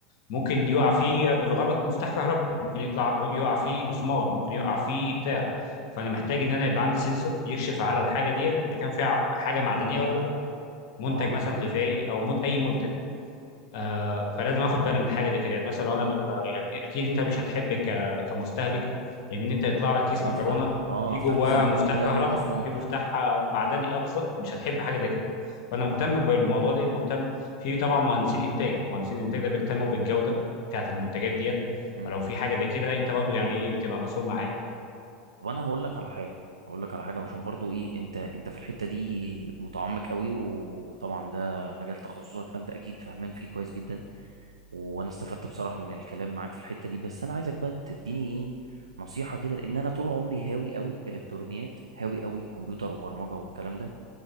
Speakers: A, on the left (about 60°); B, on the right (about 85°).
A: ممكن يقع فيه بالغلط مفتاح كهرباء ممكن يطلع يقع فيه مسمار ممكن يقع فيه بتاع فانا
B: مم.
A: محتاج ان انا يبقى عندي سنسور يكشف على الحاجه ديت اذا كان فيها حاجه معدنيه ولا لا منتج
B: اه
A: مثلا غذائي او من اي منتج آه، فلازم اخد بالي من حاجه زي كده يعني مثلا لو انا ب... لا- يعني اكيد انت مش هتحب ك... كمستهلك ان انت يطلع لك كيس
B: افتح
A: مكرونه
B: اه
A: في
B: افتح
A: جواه
B: كيس المكرونه
A: مفتاح
B: الاقي
A: كهرباء
B: جوه مسمار
A: في مفتاح آه، معدني اه بالظبط مش هتحب حاجه زي كده فانا مهتم بالموضوع ده مهتم في طبعا مهندسين انتاج مهندسين انتاج ده بيهتموا بالجوده بتاعه المنتجات ديت
B: مم.
A: فلو في حاجه زي كده انت برضو يعني ايه بتبقى مسؤول معاه يعني
B: طب انا هقول لك على حاجه هقول لك على حاجه عشان برضو ايه انت انت في الحته دي متعمق قوي وطبعا ده مجال تخصصك فانت اكيد فاهمان فيه كويس جدا وانا استفدت بصراحه من الكلام معاك في الحته دي بس انا عايزك بقى تديني ايه نصيحه كده لان انا طول عمري هاوي قوي الكترونيات هاوي قوي كمبيوتر وبرمجه والكلام ده